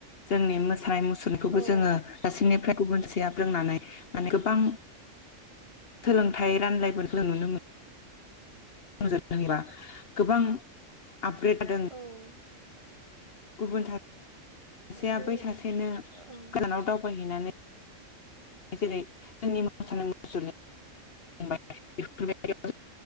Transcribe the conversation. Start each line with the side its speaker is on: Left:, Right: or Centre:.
Left: जोंनि मोसानाय मुसुर सुनिखौबो
Right: औ
Left: जोङो सासिनिफ्राय गुबुनसेया रोंनानै माने गोबां सोलोंथाइ रानलायफोरखौ नुनो मोनबा <inaudible> गोबां आपग्रेद दों
Right: औ ओ
Left: गुबुन थारि सासेया
Right: जोंनि
Left: बै सासेनो
Right: ओं
Left: गोदानाव दावबायहैनानै जेरै जोंनि मोसानो मुसुर <inaudible> बेफोरबायदि